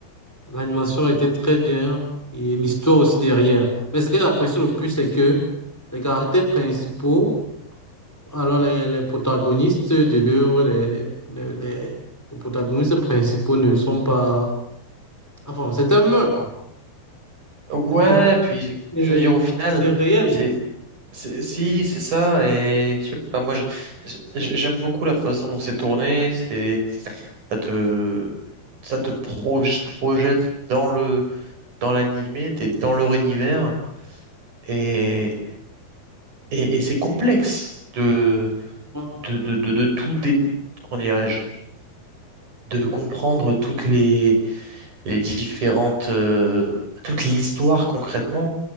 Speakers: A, in the centre; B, on the right (about 50°).
A: L'animation était très bien et l'histoire aussi derrière. Mais ce que j'apprécie le plus, c'est que les caractères principaux, alors les, les protagonistes de l'œuvre,
B: Mm.
A: les, les, les, les- les protagonistes principaux ne sont pas... Enfin, c'est un meurtre, quoi.
B: Ouais,
A: <laughs>
B: puis
A: Et
B: je veux dire au final,
A: c'est réel.
B: c'est, c'est- si, c'est ça, et je sais pas, moi je- je- j'aime beaucoup la façon dont c'est tourné, c'est, ça te, ça te proj- projette dans le, dans l'animé, t'es dans leur univers, et, et, et c'est complexe de,
A: quoi.
B: de, de, de, de tout dé, comment dirais-je? de comprendre toutes les, les différentes, euh, toute l'histoire concrètement.